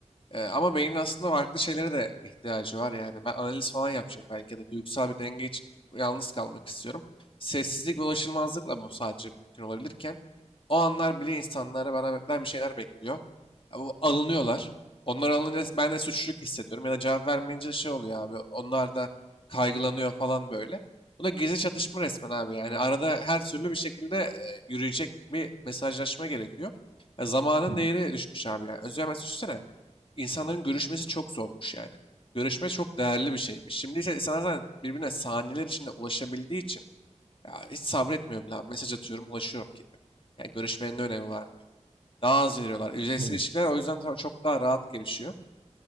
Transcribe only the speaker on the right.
Hı hı.
Tamam.